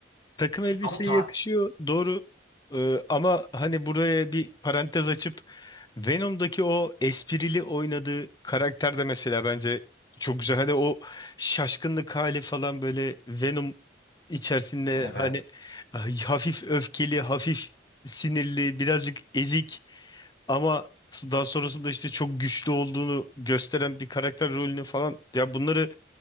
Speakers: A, on the left (about 20°); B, on the left (about 65°).
A: Takım elbiseye
B: Ama ta
A: yakışıyor doğru Ee, ama hani buraya bir parantez açıp Venom'daki o esprili oynadığı karakter de mesela bence çok güzel. Hani o şaşkınlık hali falan böyle Venom içerisinde
B: evet.
A: hani ah, hafif öfkeli, hafif sinirli, birazcık ezik ama daha sonrasında işte çok güçlü olduğunu gösteren bir karakter rolünü falan ya bunları